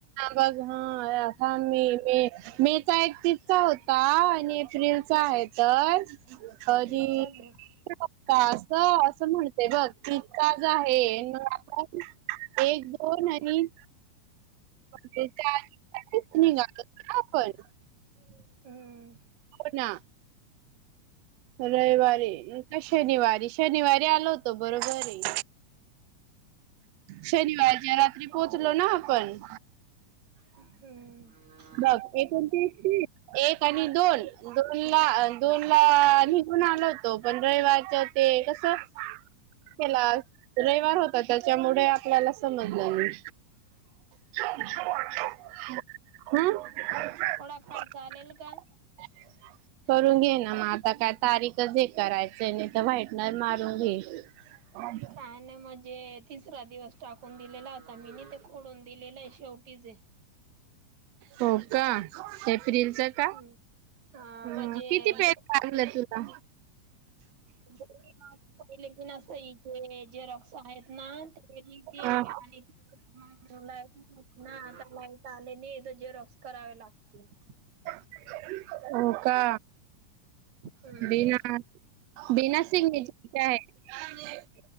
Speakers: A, on the right; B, on the right.
A: बघ. <unintelligible> मे चा एकतीसचा होता आणि एप्रिलचा आहे तर <unintelligible>
B: तिथचाच आहे
A: का अस असं म्हणते बघ. तीसचाच आहे, मग आपण एक, दोन आणि <unintelligible> आपण
B: हम्म.
A: हो ना. रविवारी का शनिवारी? शनिवारी आलो होतो बरोबरे. शनिवारच्या रात्री पोहोचलो ना आपण?
B: हम्म.
A: बघ एकोणतीस तीस, एक आणि दोन दोन ला दोन ला निघून आलो होतो पण रविवारचा ते कसं तेला रविवार होत तर त्याच्यामुळे आपल्याला समजलं नाही. हम्म
B: खोड
A: <inaudible>
B: खोडाखाड चालेल का
A: करून घे ना मग आता काय तारीखच हे करायचं आहे नाही तर व्हाईटनर मारून घे. <inaudible>
B: काही नाही मग जे तिसरा दिवस टाकून दिलेला होता मी ने ते खोडून दिलेलं आहे शेवटी जे
A: हो का एप्रिल चा का
B: <inaudible> हा
A: हां
B: म्हणजे
A: किती पेज लागलं तुला?
B: <unintelligible> पहिले <unintelligible> सही झेरॉक्स साहेब ना ते मी <unintelligible>
A: हा
B: आणि <unintelligible> लाईट ना आता लाईट आले नाही तर झेरॉक्स करावे लागतील.
A: हो का?
B: हम्म.
A: बीना बीना सिग्नेचरचे आहेत का?